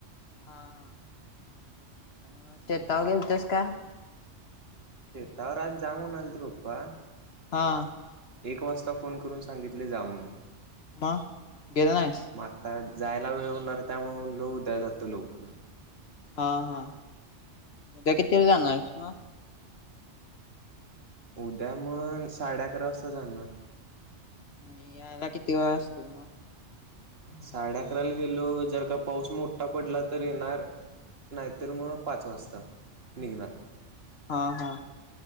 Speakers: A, on the left; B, on the right.
A: हा हा आणि म शेताव गेलतंस काय?
B: शेतावर आज जा म्हणालते पप्पा
A: हा.
B: एक वाजता फोन करून सांगितलंय जा म्हणून
A: मग गेला नाहीस
B: म आत्ता जायला वेळ होणार त्यामुळे म्हणलो उद्या जातो लवकर.
A: हा हा उद्या कितीला जाणार आहेस मग
B: उद्या म साडे अकरा वाजता जाणार.
A: आणि यायला किती वेळ असतोय म
B: साडे अकराला गेलो जर का पाऊस मोठा पडला तर येणार. नाही तर मग पाच वाजता निघणार.
A: हा हा